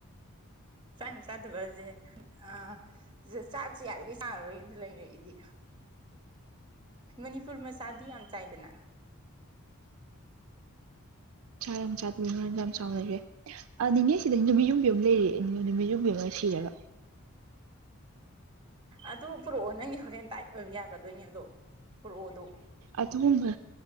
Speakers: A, on the right (about 20°); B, on the right (about 70°).
A: ꯆꯥꯛ ꯌꯥꯝ ꯆꯥꯗꯕꯁꯦ ꯑ ꯁꯤ ꯆꯥꯛꯁꯦ ꯌꯥꯔꯤꯈꯩ ꯆꯥꯅꯕꯒꯤ ꯑꯗꯨ ꯂꯩꯔꯦꯏꯗꯤ ꯃꯅꯤꯄꯨꯔ ꯃꯆꯥꯗꯤ ꯌꯥꯝ ꯆꯥꯏꯗꯅ
B: ꯆ ꯌꯥꯝ ꯁꯥꯠ ꯌꯥꯝ ꯌꯥꯝ ꯆꯃꯔꯦ ꯑ ꯅꯤꯡꯅꯦꯁꯤꯗ ꯅꯨꯃꯤꯠ ꯌꯨꯝꯕꯤ ꯑꯃ ꯂꯩꯔ ꯅꯨꯃꯤꯠ ꯌꯨꯝꯕꯤ ꯑꯃꯒ ꯁꯤꯔꯒ
A: ꯑꯗꯨ ꯄꯨꯔꯛꯑꯣ ꯅꯪꯒꯤ ꯍꯣꯔꯦꯟ ꯇꯥꯏꯠ ꯑꯣꯏꯕ ꯌꯥꯒꯗꯣꯏꯅꯦ ꯑꯗꯣ ꯄꯨꯔꯛꯑꯣꯗꯣ
B: ꯑꯗꯨꯒꯕ